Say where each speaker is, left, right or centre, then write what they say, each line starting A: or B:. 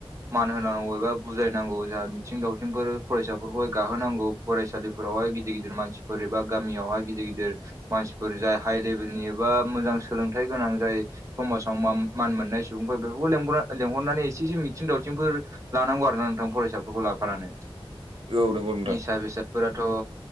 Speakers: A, on the right; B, on the right.
A: मान होनांगौ एबा बुजायनांगौ जा मिथिं दावथिंफोर फरायसाफोरखौहाय गाहोनांगौ फरायसालि हाय गिदिर गिदिर मानसिफोर एबा गामियावहाय गिदिर गिदिर मानसिफोर जाय हाइ लेभेलनि एबा मोजां सोलोंथाइ गोनां जाय समाजाव मान मोननाय सुबुंफोर बेफोरखौ लें लेंहरनानै एसे एसे मिथिं दावथिंफोर लानांगौ आरो ना नोंथां फरायसाफोरखौ लाफानानै
B: बुं औ नंगौ नोंथां
A: निसा बेसादफोराथ'